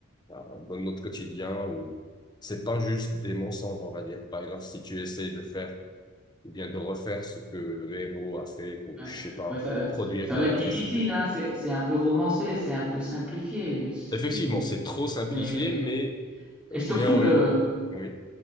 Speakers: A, on the left; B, in the centre.
A: bah, dans notre quotidien ou c'est pas juste des mensonges, on va dire. Par exemple, si tu essayes de faire ou bien de refaire ce que le héros a fait pour,
B: Ouais.
A: je sais pas,
B: Ouais, ça,
A: de produire
B: ça
A: de
B: va
A: l'électricité.
B: être difficile, hein. C'est, c'est un peu romancé, c'est un peu simplifié. Ce
A: Effectivement,
B: qui,
A: c'est trop simplifié,
B: mais,
A: mais, euh,
B: et surtout,
A: mais en
B: le,
A: même, oui.